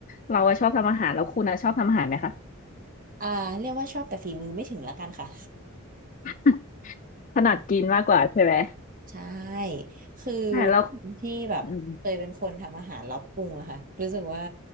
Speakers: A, on the left; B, on the right.
A: เราอะชอบทำอาหารแล้วคุณอะชอบทำอาหารไหมคะ
B: อ่าเรียกว่าชอบแต่ฝีมือไม่ถึงละกันค่ะ
A: <laughs> ถนัดกินมากกว่าใช่ไหม
B: <laughs> ใช่คือ
A: ใช่แล้ว
B: ที่แบบเคยเป็นคนทำอาหารแล้วปรุงอะค่ะรู้สึกว่า
A: อืม